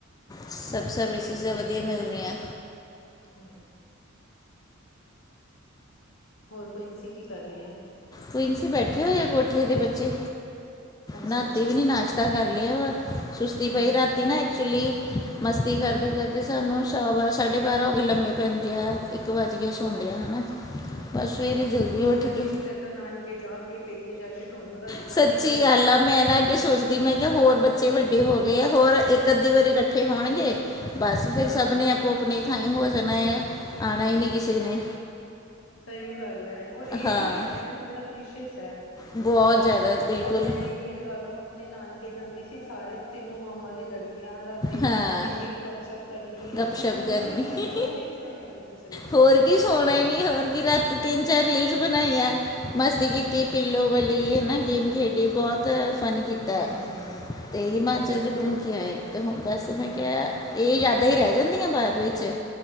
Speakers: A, on the left; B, on the left.
A: ਸਭ ਸਰਵਿਸਿਸ ਵਧੀਆ ਮਿਲ ਰਈਆਂ।
B: ਹੂੰ ਹੋਰ ਪ੍ਰਿੰਸੀ ਕੀ ਕਰ ਰਈ ਐ।
A: ਪ੍ਰਿੰਸੀ ਬੈਠੇ ਹੋਏ ਆ ਕੋਠੇ ਦੇ ਬੱਚੇ
B: ਅੱਛਾ
A: ਨਾਤੀ
B: ਅੱਛਾ
A: ਵੀ ਨੀ ਨਾਸ਼ਤਾ ਕਰ ਲਿਆ ਵ ਸੁਸਤੀ
B: ਹਮ
A: ਪਈ ਰਾਤੀ ਨਾ ਇੱਕ ਐਕਚੁਲੀ ਮਸਤੀ ਕਰਦੇ-ਕਰਦੇ ਸਾਨੂੰ ਸਵਾ ਬਾਰ੍ਹਾਂ ਸਾਢੇ ਬਾਰ੍ਹਾਂ ਹੋ ਗੇ ਲੰਮੇ ਪੈਂਦਿਆ। ਇੱਕ ਵਜ ਗਿਆ ਸੌਂਦਿਆਂ
B: ਅੱਛਾ
A: ਹਨਾ। ਬਸ ਸਵੇਰੇ ਜਲਦੀ
B: ਸੋਣ ਨੂੰ
A: ਉੱਠ
B: ਮਨ
A: ਗਏ
B: ਹੀ ਨੀ ਕਰਦਾ ਨਾਨਕੇ ਜਾ ਕੇ ਪੇਕੇ ਜਾ ਕੇ ਸੋਣ ਨੂੰ ਰਾਤੀ
A: ਸੱਚੀ
B: ਮਨ ਨੀ ਕਰਦਾ।
A: ਗੱਲ ਆ ਮੈਂ ਨਾ ਅੱਗੇ ਸੋਚਦੀ ਮੈਂ ਕਿ ਹੋਰ ਬੱਚੇ ਵੱਡੇ ਹੋ ਗਏ ਆ ਹੋਰ ਇ ਅੱਧੀ ਵਾਰੀ ਇਕੱਠੇ ਹੋਣਗੇ ਬਸ ਫਿਰ
B: ਹਾਂ
A: ਸਭ ਨੇ ਆਪੋ ਆਪਣੀ ਥਾਈ ਹੋ ਜਾਣਾ ਆ। ਆਣਾ ਈ ਨਈ ਕਿਸੇ ਨੇ।
B: ਸਈ ਗੱਲ ਐ। ਔਰ ਇਹ
A: ਹਾਂ
B: ਜੋ ਟਾਈਮ ਹੈ ਨਾ ਬੜਾ ਪ੍ਰੀਸ਼ੀਅਸ ਹੈ
A: ਬਹੁਤ
B: ਅ
A: ਜ਼ਿਆਦਾ ਬਿਲਕੁਲ
B: ਜਿੱਦਾਂ ਮੈਂ ਈ ਲਗਾ ਲਓ। ਆਪਣੇ ਨਾਨਕੇ ਜਾਂਦੀ ਸੀ ਸਾਰੇ ਤਿੰਨੋ ਮਾਮਾ ਦੀ ਲੜਕ ਕੀਆਂ ਹਾਂ ਰਾਤੀ
A: ਹਾਂ
B: ਇੰਨੀ ਗੱਪਸ਼ੱਪ ਕਰਨੀ ਰਾਤੀ
A: ਗੱਪਸ਼ਪ
B: ਸੋਣਾ
A: ਕਰਨੀ
B: ਹੀ ਨਈ ਸੋਣ ਹੀ ਨਈ ਦੇਣਾ ਇੱਕ ਦੂਸੇ
A: ਹੋਰ ਕੀ ਸੋਣਾ ਈ ਨਹੀਂ ਹੋਰ ਕੀ ਰਾਤੀ ਤਿੰਨ-ਚਾਰ ਰੀਲਸ ਬਣਾਈਆਂ ਮਸਤੀ ਕੀਤੀ ਪਿੱਲੋ ਵਲੀ ਹੇਨਾ ਗੇਮ ਖੇਡੀ ਬੋਹਤ ਫਨ ਕੀਤਾ
B: ਹਮ
A: ਤੇ ਹਿਮਾਚਲ
B: ਤੇ ਹੁਣ
A: ਚ ਕੁੰਮ ਕੇ ਆਏ ਤੇ ਹੁਣ ਬਸ ਮੈਂ
B: ਹਮ
A: ਕੇਆ ਕਿ ਏ ਯਾਦਾਂ ਈ ਰਹਿ ਜਾਂਦੀਆਂ ਬਾਦ ਵਿੱਚ